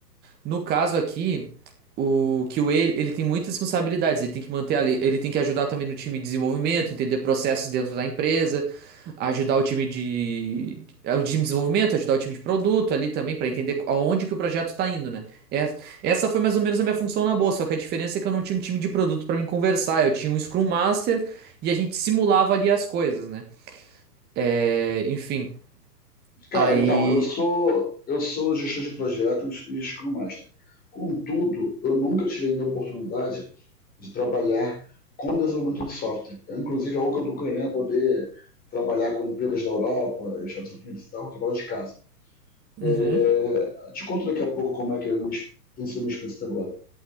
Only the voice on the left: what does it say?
Cara,
então, eu sou eu sou gestor de projetos e Scrum Master. Contudo, eu nunca tive ainda a oportunidade de trabalhar com desenvolvimento de software. É, inclusive, é algo que eu estou querendo poder trabalhar com empresas da Europa, Estados Unidos e tal, trabalhar de casa.
É, te conto daqui a pouco como é que é a minha, tem sido a minha experiência até agora.